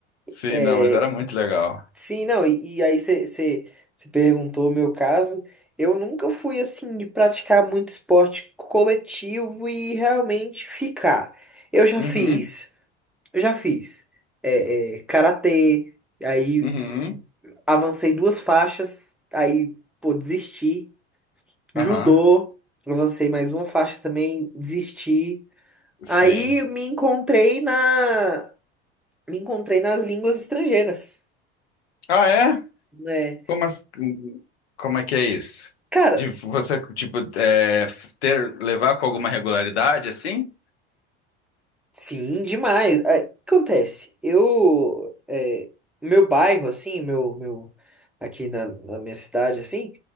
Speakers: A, on the left; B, in the centre.
A: sim,
B: É,
A: não, mas era muito legal.
B: Sim, não, e, e aí você perguntou o meu caso. Eu nunca fui assim de praticar muito esporte coletivo e realmente ficar. Eu já
A: Uhum,
B: fiz, eu já fiz é, é, karatê, aí
A: uhum,
B: avancei duas faixas, aí pô, desisti. Judô,
A: aham,
B: avancei mais uma faixa também, desisti.
A: sim.
B: Aí me encontrei na, me encontrei nas línguas estrangeiras,
A: Ah, é?
B: né?
A: Como, as- hum, como é que é isso?
B: Cara,
A: De você, tipo, é, ter, levar com alguma regularidade, assim?
B: Sim, demais. Aí, O que acontece? Eu, é, meu bairro, assim, meu, meu, aqui na, na minha cidade, assim,